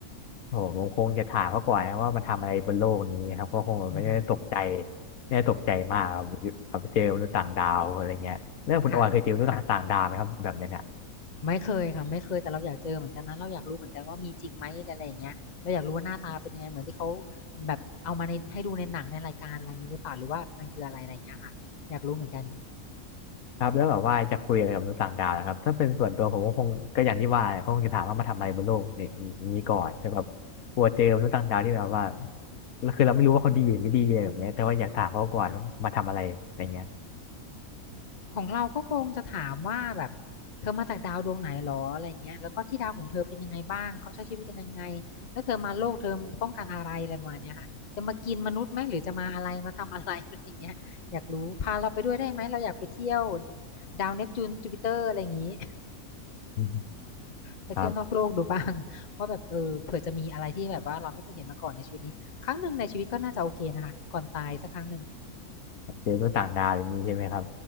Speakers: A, on the left; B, on the left.
A: โอ้โหผมคงจะถามเขาก่อนนะว่ามันทำอะไรบนโลกนี้ครับก็คงไม่ได้ตกใจ
B: อือฮึ
A: ไม่ได้ตกใจมากครับครับเจอมนุษย์ต่างดาวอะไรเงี้ยเรื่องคุณออยเคยเจอมนุษย์ต่างดาวไหมครับแบบเนี้ยเนี่ย
B: ค่ะไม่เคยค่ะไม่เคยแต่เราอยากเจอเหมือนกันนะเราอยากรู้เหมือนกันว่ามีจริงไหมอะไรอย่างเงี้ยเราอยากรู้ว่าหน้าตาเป็นยังไงเหมือนที่เขาแบบเอามาในให้ดูในหนังในรายการอะไรอย่างนี้หรือเปล่าหรือว่ามันคืออะไรอะไรอย่างเงี้ยค่ะอยากรู้เหมือนกัน
A: ครับแล้วแบบว่าจะคุยอะไรกับมนุษย์ต่างดาวนะครับถ้าเป็นส่วนตัวผมก็คงก็อย่างที่ว่าแหละก็คงจะถามว่ามาทำอะไรบนโลกนี้นี้ก่อนแต่แบบกลัวเจอมนุษย์ต่างดาวที่แบบว่าคือเราไม่รู้ว่าเขาดีหรือไม่ดีอะไรแบบเนี้ยแต่ว่าอยากถามเขาก่อนว่ามาทำอะไรอะไรเงี้ย
B: ของเราก็คงจะถามว่าแบบเธอมาจากดาวดวงไหนหรออะไรเงี้ยแล้วก็ที่ดาวของเธอเป็นยังไงบ้างเขาใช้ชีวิตกันยังไงแล้วเธอมาโลกเธอต้องการอะไรอะไรมาเนี้ยค่ะจะมากินมนุษย์ไหมหรือจะมาอะไรมาทำอะไร <laughs> อะไรเงี้ยอยากรู้พาเราไปด้วยได้ไหมเราอยากไปเที่ยวดาวเนปจูนจูปิเตอร์อะไรอย่างงี้
A: อืม
B: ไปเที่ยวนอกโลกดูบ้างว่าแบบเออเผื่อจะมีอะไรที่แบบว่าเราไม่เคยเห็นมาก่อนในชีวิตนี้ครั้งหนึ่งในชีวิตก็น่าจะโอเคนะคะก่อนตายสักครั้งหนึ่ง
A: ครับเจอมนุษย์ต่างดาวอย่างนี้ใช่ไหมครับ